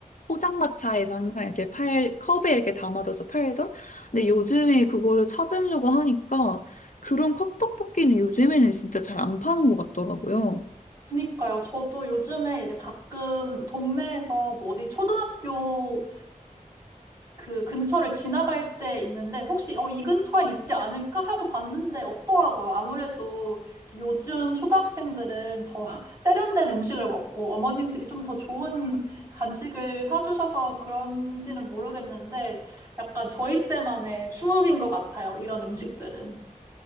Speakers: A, on the left; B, on the right.
A: 포장마차에서 항상 이렇게 팔, 컵에 이렇게 담아줘서 팔던? 근데 요즘에 그거를 찾으려고 하니까 그런 컵떡볶이는 요즘에는 진짜 잘 안 파는 것 같더라고요.
B: 그니까요. 저도 요즘에 이제 가끔 동네에서 뭐 어디 초등학교 그 근처를 지나갈 때 있는데 혹시 어, 이 근처엔 있지 않을까 하고 봤는데 없더라고요. 아무래도 이제 요즘 초등학생들은 더 <laughs> 세련된 음식을 먹고 어머님들이 좀 더 좋은 간식을 사주셔서 그런지는 모르겠는데 약간 저희 때만의 추억인 것 같아요. 이런 음식들은.